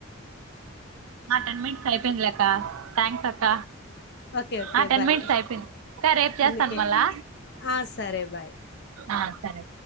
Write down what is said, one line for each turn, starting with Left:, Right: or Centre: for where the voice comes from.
Right: మా టెన్ మినిట్స్ అయిపోయిందిలెక్క థ్యాంక్స్ అక్క
Left: ఓకే ఓకే
Right: ఆ టెన్
Left: బాయ్
Right: మినిట్స్ అయిపోయింది రేపు చేస్తాను
Left: అందుకే
Right: మళ్ళా
Left: ఆ సరే బాయ్
Right: ఆ సరే